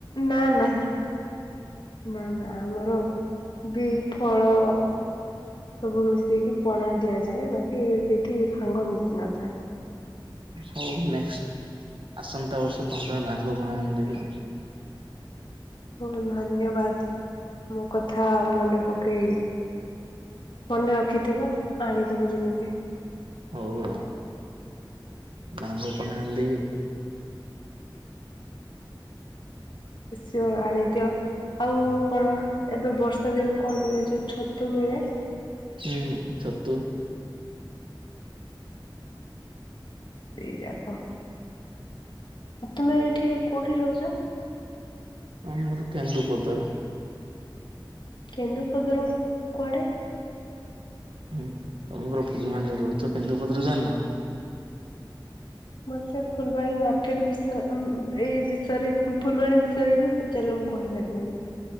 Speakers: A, on the left (about 70°); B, on the right (about 85°).
A: ନା ନା। ନା ନା ଆମର ବି ଫଳ ସବୁ ମିଶେଇକି ପଣା ଦିଆଯାଏ ବାକି ସେଇଠି ଭାଙ୍ଗ ମିଶି ନଥାଏ।
B: ହଉ ନେଷ୍ଟ୍ ଆସନ୍ତା ବର୍ଷ ତମ୍ ପାଇଁ ଭାଙ୍ଗ ପଣା ଆଣିଦେବି ଆଉ।
A: ପୁଲ୍ ଧନ୍ୟବାଦ୍ ମୋ କଥା ମନେ ପ କେ ମନେ ରଖିଥିବ ଆଣିଦବ ଯେମିତି।
B: ହଉ ଆଉ ଭାଙ୍ଗ ପଣା ଆଣିଦେବି।
A: <unintelligible> ଆଣିଦିଅ ଆଉ କଣ ଏବେ ବର୍ଷ ଦିନ କଣ ମିଳେ ଯୋଉ ଛତୁ ମିଳେ।
B: ହୁଁ ଛତୁ।
A: ଦି ଯାକ ତୁମେ ଏଇଠି କଉଠି ରହୁଛ?
B: ଆମର କେନ୍ଦୁପଦା।
A: କେନ୍ଦୁପଦାରୁ କୁଆଡ଼େ?
B: ହୁଁ ତମେ ପରା ଫୁଲବାଣୀରେ ରହୁଚ କେନ୍ଦୁପଦାର ଜାଣି ନ।
A: ମତେ ଫୁଲବାଣୀ ମାର୍କେଟ ବିଷୟ ଉଁ ଏଇ ବିଷୟରେ ଫୁଲବାଣୀ ବିଷୟରେ ବି ପଚାରିଲେ ମୁଁ କହିପାରିବିନି।